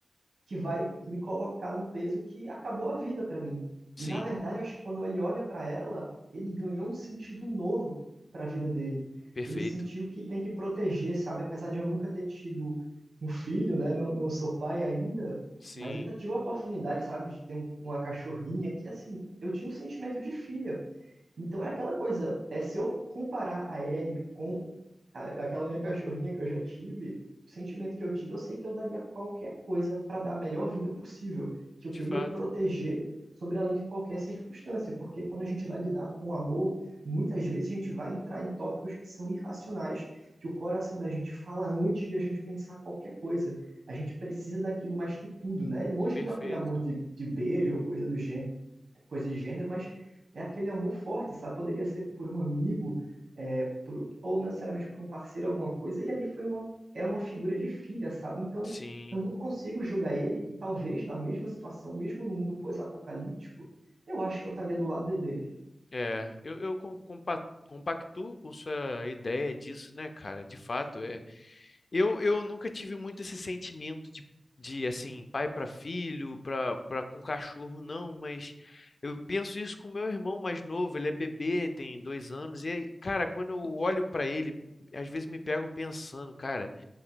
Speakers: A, on the right; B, on the left.
A: que vai me colocar num peso que acabou a vida para mim.
B: Sim,
A: E na verdade, eu acho que quando ele olha para ela, ele ganhou um sentido novo para a vida dele.
B: perfeito.
A: Ele sentiu que tem que proteger, sabe? Apesar de eu nunca ter tido um filho, né? Não, não sou pai ainda,
B: Sim.
A: mas eu já tive a oportunidade, sabe, de ter um- uma cachorrinha que, assim, eu tinha um sentimento de filha. Então é aquela coisa, é se eu comparar a Ellie com a- aquela minha cachorrinha que eu já tive, o sentimento que eu tive, eu sei que eu daria qualquer coisa para dar a melhor vida possível, que eu queria
B: De fato,
A: proteger sobre além de qualquer circunstância, porque quando a gente vai lidar com o amor, muitas vezes a gente vai entrar em tópicos que são irracionais, que o coração da gente fala antes de a gente pensar qualquer coisa. A gente precisa daquilo mais que tudo, né? Longe
B: perfeito.
A: do aquele amor de, de beijo ou coisa do gênero coisa de gênero, mas é aquele amor forte, sabe? Poderia ser por um amigo, é, por, ou não necessariamente por um parceiro, alguma coisa, e ali foi uma, é uma figura de filha, sabe? Então,
B: Sim,
A: eu não consigo julgar ele, e talvez na mesma situação, mesmo no mundo pós-apocalíptico, eu acho que eu estaria do lado dele.
B: é, eu, eu com- compa- compactuo com sua ideia disso, né, cara? De fato, é. Eu, eu nunca tive muito esse sentimento de, de assim, pai para filho, para para com cachorro, não, mas eu penso isso com meu irmão mais novo, ele é bebê, tem dois anos, e, aí, cara, quando eu olho para ele, às vezes me pego pensando, cara.